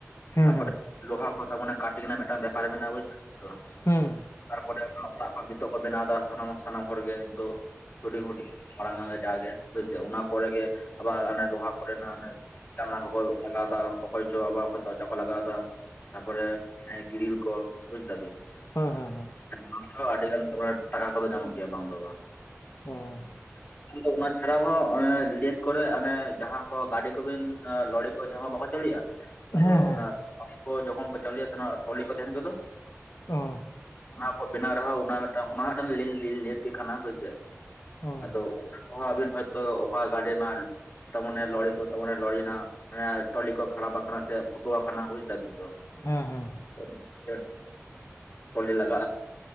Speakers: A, on the left; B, on the left.
A: ᱦᱮᱸ
B: ᱛᱟᱯᱚᱨᱮ
A: ᱦᱮᱸ
B: ᱞᱳᱦᱟ ᱠᱚ ᱛᱟ ᱢᱟᱱᱮ ᱠᱟᱴᱤᱝ ᱱᱟᱜ ᱢᱤᱫᱴᱟᱝ ᱵᱮᱯᱟᱨ ᱢᱮᱱᱟᱜᱼᱟ ᱵᱩᱡ
A: ᱦᱩᱸ
B: <inaudible> ᱛᱚᱯᱚᱨᱮ ᱚᱱᱟ <unintelligible> ᱵᱮᱱᱟᱣᱫᱟ ᱥᱟᱱᱟᱢ ᱥᱟᱱᱟᱢ ᱦᱚᱲ ᱜᱮ ᱱᱤᱛᱚᱜ᱾ ᱦᱩᱰᱤᱝ ᱦᱩᱰᱤᱝ ᱢᱟᱲᱟᱝ <unintelligible> ᱡᱟᱜᱮ ᱦᱳᱭ ᱥᱮ, ᱚᱱᱟ ᱠᱚᱨᱮ ᱜᱮ ᱟᱵᱟᱨ ᱨᱚᱦᱟ ᱠᱚᱨᱮᱱᱟᱜ ᱦᱟᱱᱮ ᱡᱟᱞᱱᱟ ᱠᱚᱠᱚ ᱞᱟᱜᱟᱣ ᱫᱟ ᱚᱠᱚᱭ ᱪᱚ ᱟᱵᱟ <inaudible> ᱠᱚ ᱞᱟᱜᱟᱣᱫᱟ, ᱛᱟᱯᱚᱨᱮ ᱟᱱᱮ ᱜᱤᱨᱤᱞ ᱠᱚ ᱵᱩᱡᱷ ᱫᱟ ᱵᱤᱱ᱾
A: ᱦᱮᱸ ᱦᱮᱸ ᱦᱮᱸ᱾
B: <unintelligible> ᱟᱹᱰᱤ ᱜᱟᱱ ᱛᱟᱞᱮ ᱴᱟᱠᱟ ᱠᱚᱫᱚ ᱧᱟᱢᱚᱜ ᱜᱮᱭᱟ ᱵᱟᱝ ᱫᱚ ᱵᱟᱝ᱾
A: ᱚ
B: <inaudible> ᱩᱱᱫᱚ ᱚᱱᱟ ᱪᱷᱟᱲᱟ ᱦᱚᱸ ᱮᱸ ᱞᱮᱫ ᱠᱚᱨᱮ ᱚᱱᱮ ᱡᱟᱦᱟᱸ ᱠᱚ ᱜᱟᱹᱰᱤ ᱠᱚᱵᱤᱱ ᱞᱚᱲᱤ ᱠᱚ ᱡᱟᱦᱟᱸ ᱠᱚ ᱵᱟᱠᱚ ᱪᱚᱞᱩᱭᱟ ᱟᱫᱚ
A: ᱦᱮᱸ ᱦᱮᱸ
B: ᱚᱱᱟ <unintelligible> ᱡᱚᱠᱷᱚᱱ ᱠᱚ ᱪᱟᱹᱞᱩᱭᱟ ᱥᱮ ᱚᱱᱟ ᱴᱚᱞᱤ ᱠᱚ ᱛᱟᱦᱮᱱ ᱜᱮᱫᱚ
A: ᱚ
B: ᱚᱱᱟ ᱠᱚᱠᱚ ᱵᱮᱱᱟᱣ ᱨᱮᱦᱟ ᱚᱱᱟ ᱢᱤᱫᱴᱟᱝ ᱚᱱᱟ ᱢᱤᱫᱴᱟᱝ ᱞᱮᱞ-ᱞᱮᱞ ᱞᱮᱫ ᱜᱮ ᱠᱟᱱᱟ ᱦᱳᱭᱥᱮ᱾
A: ᱚ
B: ᱟᱫᱚ ᱚᱱᱟ ᱠᱚᱦᱚᱸ ᱟᱹᱵᱤᱱ ᱦᱚᱭᱛᱳ ᱚᱠᱟ ᱜᱟᱹᱰᱮ ᱱᱟᱞ ᱛᱟᱢᱟᱱᱮ ᱞᱚᱲᱤ ᱠᱚ ᱛᱟᱢᱟᱱᱮ ᱞᱚᱲᱤᱱᱟᱜ ᱮᱸ ᱴᱚᱞᱤ ᱠᱚ ᱠᱷᱟᱲᱟᱯ ᱟᱠᱟᱱᱟ ᱥᱮ ᱴᱩᱠᱟᱹᱣᱟ ᱠᱟᱱᱟ ᱵᱩᱡ ᱫᱟᱵᱤᱱ ᱛᱚ᱾
A: ᱦᱮᱸ ᱦᱮᱸ᱾
B: <unintelligible> ᱴᱚᱞᱤ <unintelligible>